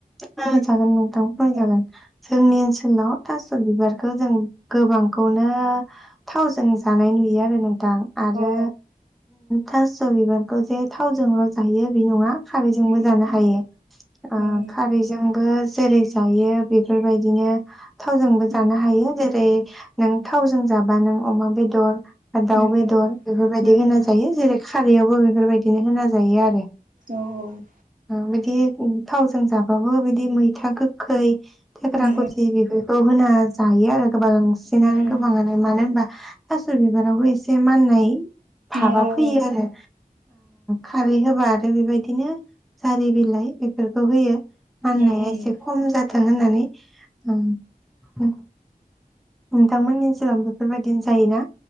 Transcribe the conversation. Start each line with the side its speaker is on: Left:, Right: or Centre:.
Centre: फोरमाय जागोन नोंथां फोरमायजागोन
Right: अ
Centre: जोंनि ओनसोलाव थास' बिबारखौ जों गोबांखौनो थावजों जानाय नुयो आरो नों दां आरो।
Right: औ
Centre: थास' बिबारखौ जे थावजोंल' जायो बे नङा। खारैजोंबो
Right: उम
Centre: जानो हायो ओ
Right: उम
Centre: खारैजोंबो। जेरै जायो बेफोर बायदिनो थावजोंबो जानो
Right: उम
Centre: हायो जेरै नों थावजों जाबा नों अमा बेदर दाउ
Right: उम
Centre: बेदर बेफोर बायदि
Right: उम
Centre: होना
Right: उम
Centre: जायो जेरै खारैयावबो बेफोर बायदिनो होना जायो आरो।
Right: औ औ।
Centre: ओ बिदि थावजों जाब उमहो बिदि मैथा गोखै थेक्रा
Right: उम
Centre: खुसि बेफोरखौ होना जायो आरो। बांसिनानो
Right: उम उम
Centre: गोबाङानो मानो होनबा थास' बिबारावबो एसे माननाय भाबा
Right: औ औ उम
Centre: फैयो आरो खारै होबा आरो बेबायदिनो जारि बिलाइ बेफोरखौ होयो। माननाया
Right: उम उम
Centre: एसे खम जा थां होननानै। औ। नोंथांमोननि ओनसोलाव बेफोर बायदिनो जायोना?